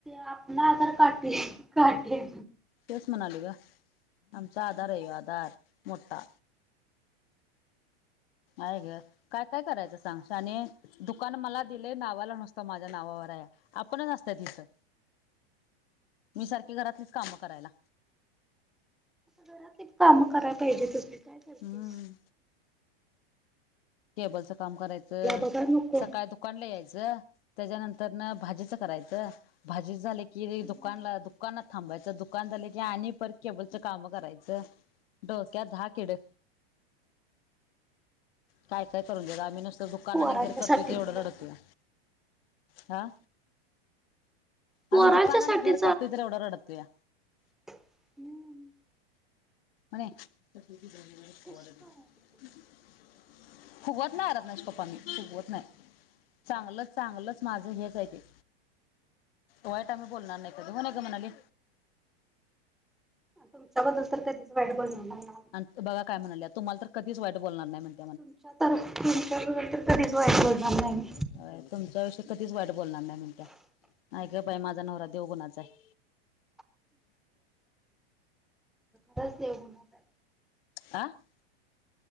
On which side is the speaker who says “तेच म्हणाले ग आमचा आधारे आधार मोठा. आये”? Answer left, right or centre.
Left